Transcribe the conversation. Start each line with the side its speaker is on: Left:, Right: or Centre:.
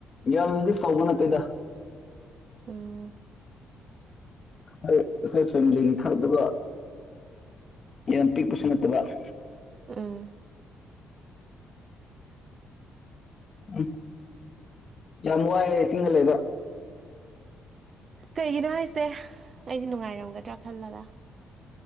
Left: ꯌꯥꯝꯅꯗꯤ ꯐꯪꯕ ꯅꯠꯇꯦꯗ
Right: ꯎꯝ
Left: ꯑꯩ ꯑꯩꯈꯣꯏ ꯐꯦꯃꯤꯂꯤꯒꯤ ꯈꯔꯗꯨꯒ ꯌꯥꯝ ꯄꯤꯛꯄꯁꯨ ꯅꯠꯇꯕ <unintelligible>
Right: ꯎꯝ
Left: ꯎꯝ ꯌꯥꯝ ꯋꯥꯏꯑꯦ ꯆꯤꯡꯗ ꯂꯩꯕ
Right: ꯀꯩꯒꯤꯅꯣ ꯍꯥꯏꯁꯦ ꯑꯩꯗꯤ ꯅꯨꯡꯉꯥꯏꯔꯝꯒꯗ꯭ꯔꯥ ꯈꯜꯂꯒ